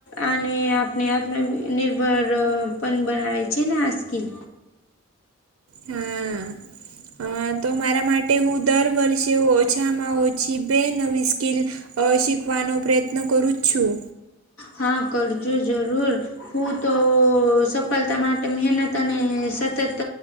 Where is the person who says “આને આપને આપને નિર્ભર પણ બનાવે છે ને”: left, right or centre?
Left